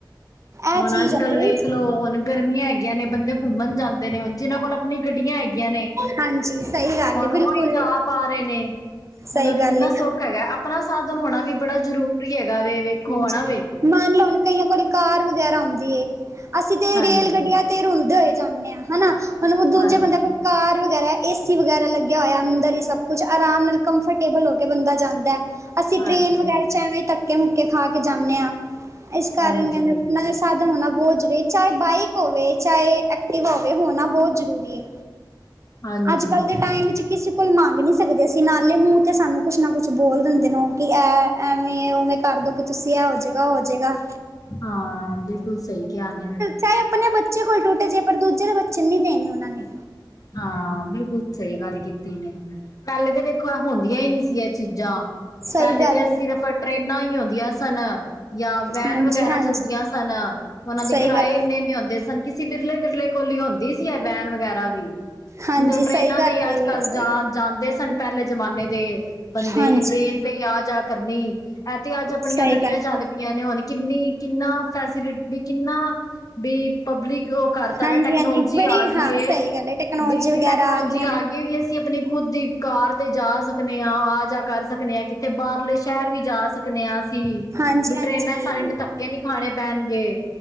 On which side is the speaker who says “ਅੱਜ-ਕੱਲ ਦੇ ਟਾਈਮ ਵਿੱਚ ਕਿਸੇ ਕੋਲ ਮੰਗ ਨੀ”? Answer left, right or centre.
Right